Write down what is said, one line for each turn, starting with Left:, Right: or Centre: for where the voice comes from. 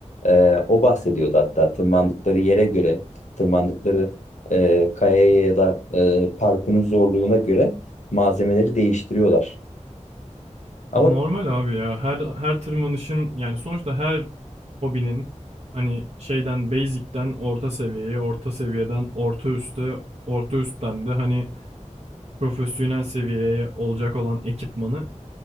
Left: eee, o bahsediyordu hatta tırmandıkları yere göre tırmandıkları eee, kayaya ya da eee, parkurun zorluğuna göre malzemeleri değiştiriyorlar ama
Right: Normal abi ya. Her her tırmanışın yani sonuçta her hobinin hani şeyden basic'ten orta seviyeye, orta seviyeden orta üste, orta üstten de hani profesyonel seviyeye olacak olan ekipmanı